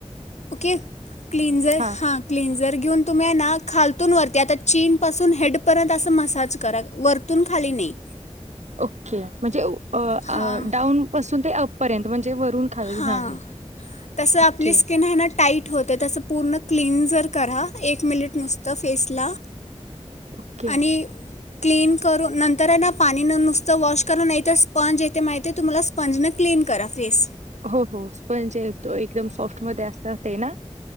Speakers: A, on the left; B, on the right.
A: ओके क्लीनजर
B: हां.
A: हा क्लीनजर घेऊन तुम्ही हाय ना खालतून वरती आता चीन पासून हेड पर्यंत अस मसाज करा वरतून खाली नाही.
B: ओके म्हणजे अउ अ
A: हां
B: आ डाउन पासून ते अप पर्यंत म्हणजे वरून खाली
A: हां
B: हा नाही
A: तसं आपली
B: ओके.
A: स्किन आहे ना टाईट होते तसं पूर्ण क्लिनजर करा एक मिलिट नुसतं फेसला
B: ओके.
A: आणि क्लीन करू नंतर आहे ना पाणी नं नुसतं वॉश करा नाहीतर स्पंज येते माहिती आहे तुम्हाला स्पंज ने क्लीन करा फेस.
B: हो हो स्पंज येतो एकदम सॉफ्ट मध्ये असतं ते ना